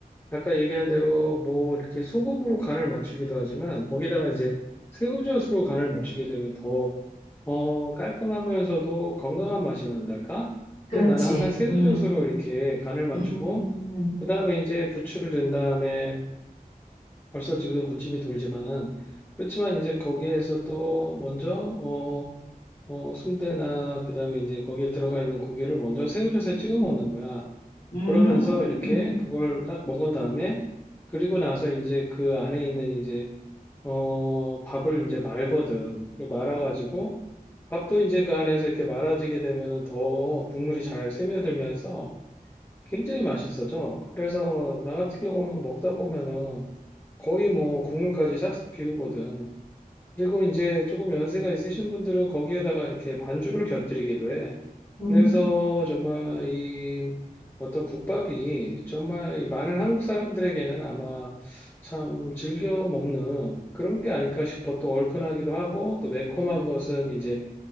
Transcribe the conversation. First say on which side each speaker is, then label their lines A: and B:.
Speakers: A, on the left; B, on the left.
A: 아까 얘기한 대로 뭐 이렇게 소금으로 간을 맞추기도 하지만 거기다가 이제 새우젓으로 간을 맞추게 되면 더 어, 깔끔하면서도 건강한 맛이 난달까?
B: 그렇지.
A: 그래서 나는 항상 새우젓으로
B: 음,
A: 이렇게 간을 맞추고
B: 음,
A: 그다음에 이제 부추를 넣은 다음에 벌써 지금 군침이 돌지만 그렇지만 이제 거기에서 또 먼저 어, 어 순대나 그다음에 이제 거기에 들어가 있는 고기를 먼저 새우젓에 찍어 먹는 거야.
B: 음,
A: 그러면서 이렇게 그걸 딱 먹은 다음에 그리고 나서 이제 그 안에 있는 이제 어 밥을 이제 말거든. 말아가지고 밥도 이제 그 안에서 이렇게 말아지게 되면은 더 국물이 잘 스며들면서 굉장히 맛있어져. 그래서 나 같은 경우는 먹다 보면은 거의 뭐 국물까지 싹싹 비우거든. 그리고 이제 조금 연세가 있으신 분들은 거기에다가 이렇게 반주를 곁들이기도 해.
B: 음,
A: 그래서 정말 이 어떤 국밥이 정말 이 많은 한국 사람들에게는 아마 참 즐겨 먹는 그런 게 아닐까 싶어. 또 얼큰하기도 하고 또 매콤한 것은 이제